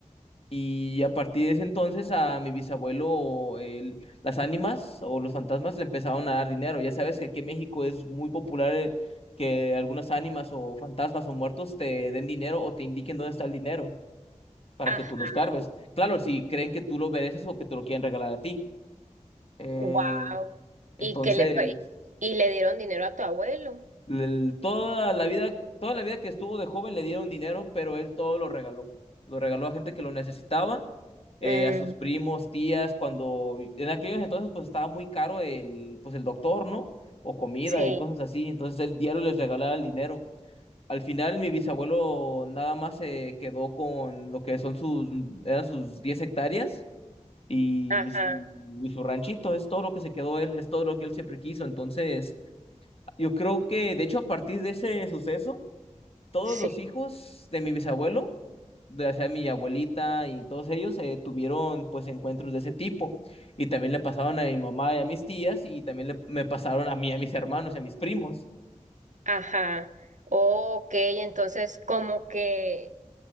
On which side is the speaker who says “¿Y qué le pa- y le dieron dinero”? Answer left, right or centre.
Right